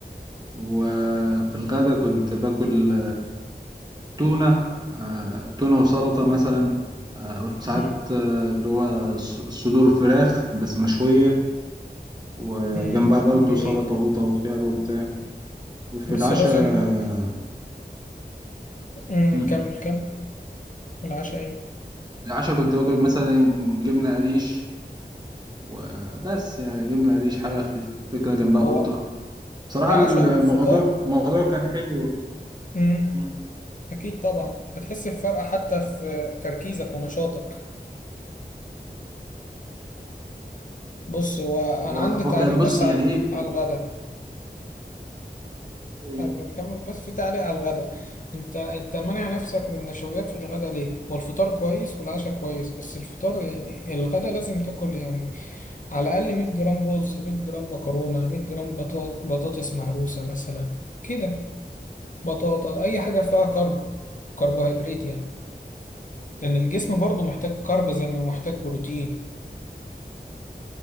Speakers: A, on the right; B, on the left.
A: وفي الغدا كنت باكل تونة آه، تونة وسلطة
B: مم.
A: مثلا آه، أو ساعات
B: مم.
A: آه، اللي هو ص- صدور فراخ بس مشوية وجنبها
B: مم.
A: برضو
B: جميل
A: سلطة وقوطة وخيار وبتاع وفي
B: بس
A: العشاء
B: لازم
A: آه،
B: مم.
A: مم.
B: كمل كمل العشاء إيه؟
A: العشاء كنت باكل مثلا جبنة قريش وبس يعني جبنة قريش حاجة خفيفة كده جنبها
B: هو
A: قوطة بصراحة
B: العشاء
A: الموضوع
B: والفطار
A: الموضوع كان حلو
B: امم
A: مم.
B: اكيد طبعا هتحس بفرق حتى في تركيزك ونشاطك بص هو
A: هو
B: انا عندي
A: هو
B: تعليق
A: كان
B: بس
A: بص يعني
B: على
A: ايه
B: على الغدا
A: إيه؟
B: قبل ما نكمل بس في تعليق على الغدا انت انت مانع نفسك من النشويات في الغدا ليه هو الفطار كويس والعشاء كويس بس الفطار يعني الغدا لازم تاكل يعني على الاقل 100 جرام رز 100 جرام مكرونة 100 جرام بطا- بطاطس مهروسة مثلا كده بطاطا اي حاجة فيها كرب كربوهيدرات يعني لأن الجسم برضه محتاج كارب زي ما محتاج بروتين